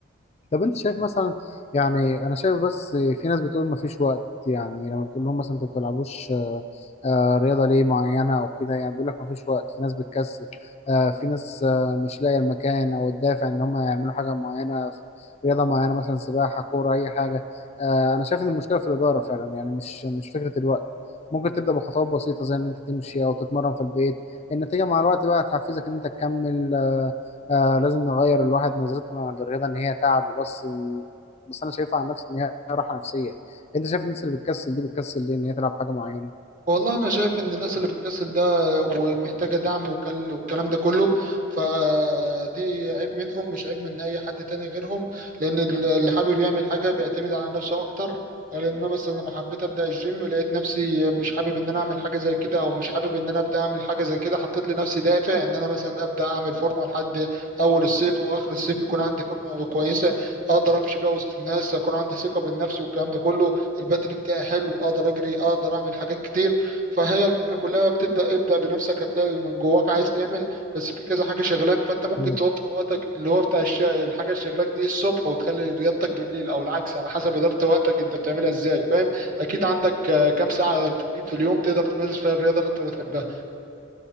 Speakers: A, on the left; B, on the right.
A: طب انت شايف مثلا يعني انا شايف بس في ناس بتقول ما فيش وقت يعني لما بتقول لهم مثلا انت ما بتلعبوش آه، آه، رياضه ليه معينه او كده يعني بيقول لك ما فيش وقت في ناس بتكسل آه، في ناس آه، مش لاقيه المكان او الدافع ان هم يعملوا حاجه معينه ف- رياضه معينه مثلا سباحه كوره اي حاجه آه، انا شايف ان المشكله في الاداره فعلا يعني مش مش فكره الوقت ممكن تبدا بخطوات بسيطه زي ان انت تمشي او تتمرن في البيت النتيجه مع الوقت بقى هتحفزك ان انت تكمل آه، آه لازم نغير الواحد نظرته للرياضه ان هي تعب وبس إن- بس انا شايفها عن نفسي ان هي راحه نفسيه انت شايف الناس اللي بتكسل دي بتكسل ليه ان هي تلعب حاجه معينه
B: والله انا شايف ان الناس اللي بتكسل ده ومحتاجه دعم وكل- والكلام ده كله فدي عيب منهم مش عيب من اي حد تاني غيرهم لان ال- اللي حابب يعمل حاجه بيعتمد على نفسه اكتر لان انا مثلا لما حبيت ابدا الجيم لقيت نفسي مش حابب ان انا اعمل حاجه زي كده او مش حابب ان انا ابدا اعمل حاجه زي كده حطيت لنفسي دافع ان انا مثلا ابدا اعمل فورمه لحد اول الصيف او اخر الصيف يكون عندي فورمه كويسه اقدر امشي بيها وسط الناس اكون عندي ثقه بالنفس والكلام ده كله البدن بتاعي حلو اقدر اجري اقدر اعمل حاجات كتير فهي الفكرة كلها بتبدأ ابدأ بنفسك هتلاقي من جواك عايز تعمل بس في كذا حاجة شغلاك فأنت ممكن
A: مم.
B: توفر وقتك اللي هو بتاع الش... الحاجة اللي شغلاك دي الصبح وتخلي رياضتك بالليل أو العكس على حسب إدارة وقتك أنت بتعملها إزاي فاهم أكيد عندك آه، كام ساعة فاضيين في اليوم تقدر تمارس فيها الرياضة اللي أنت بتحبها